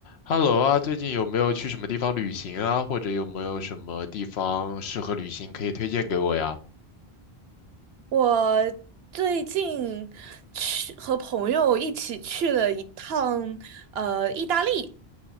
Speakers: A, on the left; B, on the right.
A: Hello 啊，最近有没有去什么地方旅行啊？或者有没有什么地方适合旅行可以推荐给我呀？
B: 我最近去和朋友一起去了一趟呃意大利，